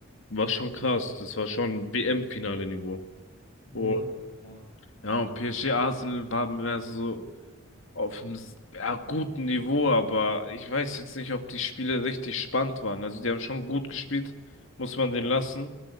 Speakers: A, on the left (about 65°); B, on the left (about 30°).
A: war schon krass. Das war schon WM-Finale-Niveau.
B: Ja,
A: Und
B: fand ich auch.
A: ja, und PSG Arsenal war mehr so. auf einem s- ja, guten Niveau, aber ich weiß jetzt nicht, ob die Spiele richtig spannend waren. Also die haben schon gut gespielt, muss man den lassen.